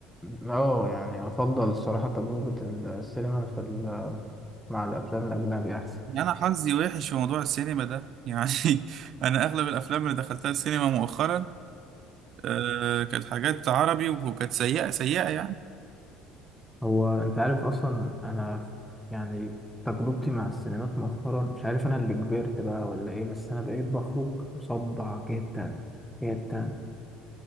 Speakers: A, in the centre; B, on the right.
A: اه يعني افضل الصراحة تجربة السينما في ال- مع الافلام الاجنبي احسن
B: يعني انا حظي وحش في موضوع السينما ده يعني <laughs> انا اغلب الافلام اللي دخلتها السينما مؤخرا آه كانت حاجات عربي وكانت سيئه سيئه يعني
A: هو انت عارف اصلا انا يعني تجربتي مع السينمات مؤخرا مش عارف انا اللي كبرت بقى ولا ايه بس انا بقيت بخرج مصدع جدا جدا